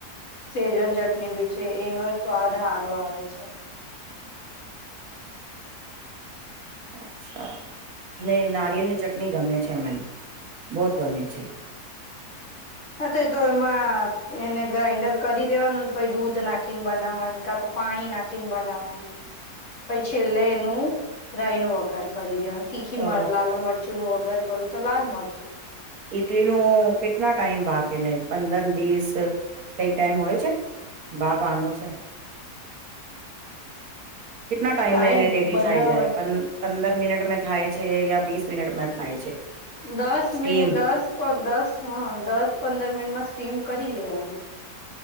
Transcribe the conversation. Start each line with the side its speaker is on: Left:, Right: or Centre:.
Left: સેજન ચટણી બી છે એનો સ્વાદ સારો આવે છે
Right: અચ્છા ને નારિયેલ ની ચટણી ગમે છે મને બહુત ગમે છે
Left: હા તો તો એમાં એને ગ્રાાઈન્ડર કરી દેવાનુંને પછ દૂધ નાખીને બનાવાનું કા પાણી નાખીને બનાવવાની
Right: <inaudible>
Left: પછ છેલ્લે એનું રાય નો વગાર કરી દેવા તીખી
Right: તો
Left: લાલ મરચું નું વગર કરું તો લાલ મરચું ન
Right: ઇટલીનું કેટના ટાઈમ ભ કેને પંદર બીસ કઈ ટાઈમ હોય છે બાપ આનો છે કેટલા ટાઈમે
Left: ટાઈમ
Right: રેડી
Left: બનાવવાનો
Right: થાય જાય પંદર મિનટ મે થાય છે યા બીસ મિટમાં થાય છે
Left: દ
Right: સ્ટીમ
Left: મિનિટ દસ દસ દસ પંદર મિનિટમાં સ્ટમ કરી લેવાની